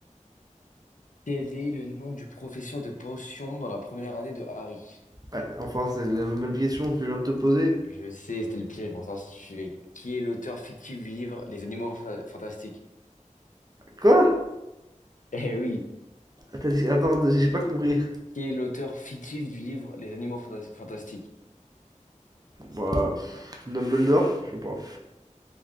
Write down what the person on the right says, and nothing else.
Bah, enfin, c'est la même question que je viens de te poser.
Quoi?
T'as dit- Attends, j'ai pas compris.
Bah, pff, Dumbledore? Je sais pas.